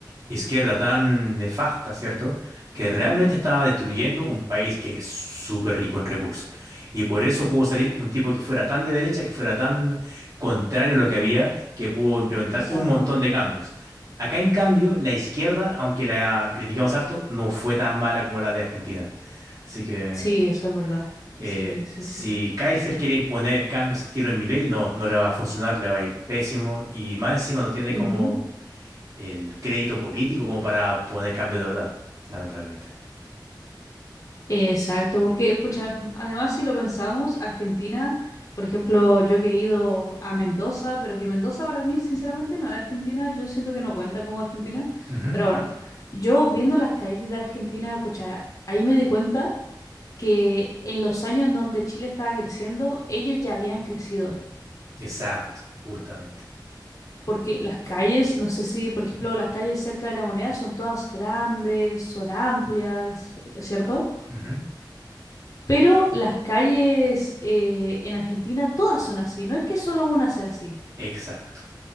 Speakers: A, on the right; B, on the left.
A: izquierda tan nefasta, ¿cierto? Que
B: Ujú,
A: realmente estaba destruyendo un país que es súper rico en recursos. Y por eso pudo salir un tipo que fuera tan de derecha, que fuera tan contrario a lo que había, que pudo implementar
B: exacto.
A: un montón de cambios. Acá, en cambio, la izquierda, aunque la critiquemos harto, no fue tan mala como la de Argentina. Así que...
B: Sí, eso es verdad.
A: Eh,
B: Sí, sí,
A: si
B: sí.
A: Kaiser quiere imponer cambios de estilo en Milei, no, no le va a funcionar, le va a ir pésimo y más encima no tiene
B: Ujú.
A: como el crédito político como para poner cambios de verdad, lamentablemente.
B: Exacto, porque, pucha, además si lo pensamos, Argentina, por ejemplo, yo que he ido a Mendoza, pero que Mendoza para mí, sinceramente, no es Argentina, yo siento que no cuenta como Argentina,
A: Ujú.
B: pero bueno, yo viendo las calles de Argentina, pucha, ahí me di cuenta que en los años en donde Chile estaba creciendo, ellos ya habían crecido,
A: Exacto, justamente.
B: porque las calles, no sé si, por ejemplo, las calles cerca de La Moneda son todas grandes, son amplias, ¿cierto?
A: Ujú.
B: Pero las calles eh, en Argentina todas son así, no es que solo una sea así.
A: Exacto.